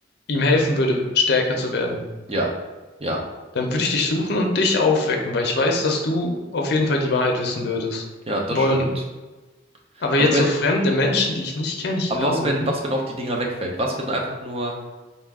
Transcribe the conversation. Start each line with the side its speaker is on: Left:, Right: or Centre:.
Left: ihm helfen würde, stärker zu werden,
Right: Ja. Ja.
Left: dann würde ich dich suchen und dich aufwecken, weil ich weiß, dass du auf jeden Fall die Wahrheit wissen würdest.
Right: Ja, das
Left: Wollen.
Right: stimmt.
Left: Aber
Right: Aber
Left: jetzt
Right: wenn,
Left: so fremde Menschen, die ich nicht kenne, ich
Right: aber
Left: glaube
Right: was, wenn,
Left: nicht.
Right: was, wenn auch die Dinger wegfällt? Was, wenn du einfach nur